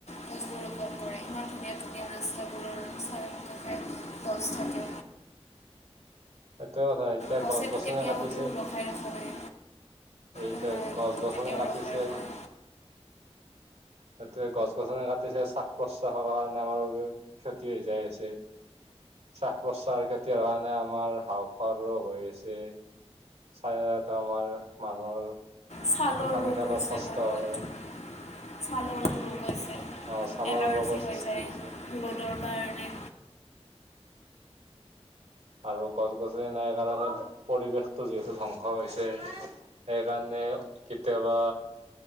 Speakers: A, on the left; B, on the right.
A: গছবোৰ ৰোপণ কৰে ইমান ধুনীয়া ধুনীয়া ৰাস্তাবোৰৰ চাৰিওকাষে গছ থাকে।
B: সেইটোৱে কথা এতিয়া
A: গছেতো
B: গছ গছনে
A: কেতিয়াওতো
B: কাটিছে
A: ৰখাই ৰখা নাই
B: এইতাই
A: উন্নয়নকতো
B: গছ-গছনি
A: কেতিয়াও
B: কাটিছে
A: ৰখাই ৰখা নাই
B: এতিয়া গছ-গছনি কাটিছে শ্বাস-প্ৰশ্বাসৰ কাৰণে আমাৰ বাবে ক্ষতি হৈ যায় আছে। শ্বাস-প্ৰশ্বাসৰ ক্ষতি হোৱাৰ কাৰণে আমাৰ হাঁওফাঁওৰ ৰোগ হৈ আছে। চায়া এটা আমাৰ মানুহৰ
A: ছালৰ
B: উশাহ নিশাহত
A: ৰোগ হৈছে
B: কষ্ট
A: বহুত।
B: হয়।
A: ছালৰো ৰোগ আছে
B: অ ছালৰ
A: এলাৰ্জি
B: ৰোগৰ
A: হৈ
B: সৃষ্টি
A: যায়
B: হৈছে
A: ৰ'দৰ কাৰণে।
B: আৰু গছ গছনি নাই কাৰণে পৰিৱেশটো যিহেতু ধ্বংস হৈছে। সেইকাৰণে কেতিয়াবা